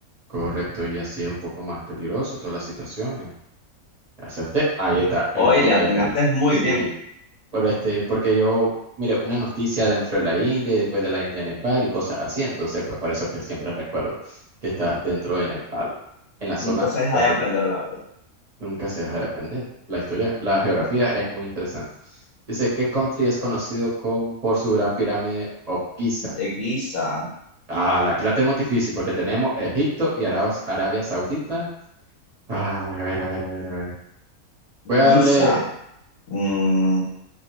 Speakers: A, on the right; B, on the left.
A: correcto, y así es un poco más peligroso todas las situaciones. Acerté, ahí está
B: Hoy
A: el Montevideo.
B: le atinaste muy
A: Sí.
B: bien.
A: Por este, porque yo mire una noticia dentro de la India y después de la India Nepal y cosas así, entonces pues por eso es que siempre recuerdo que está dentro de Nepal, en la zona
B: Nunca se deja
A: de arriba.
B: de aprender, la verdad.
A: Nunca se deja de aprender. La historia, la geografía es muy interesante. Dice, ¿qué country es conocido con- por su gran pirámide of Giza?
B: De Giza,
A: Ah, la- aquí la tenemos difícil porque tenemos Egipto y Arabas- Arabia Saudita. Ah, a ver, a ver, a ver, a ver. Voy a
B: Giza.
A: darle
B: Mm,